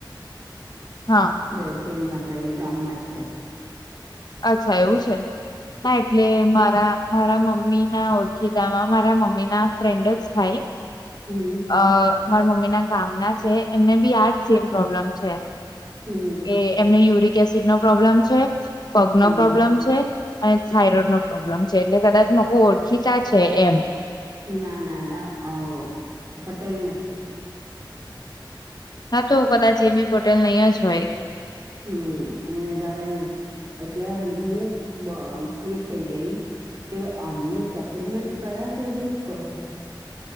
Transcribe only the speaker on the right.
રહેશે અહીં આપડે અહીયા આપડા ગામમાં જ છે.
હમ્મ.
હમ્મ.
હમ
ના ના ના અહ પટેલ નથી.
હમ્મ એને જાણે એટલે હું બ અહ એ થઈ ગઈ કે અમને સપ્લિમેન્ટ કયા સજેસ્ટ કરું.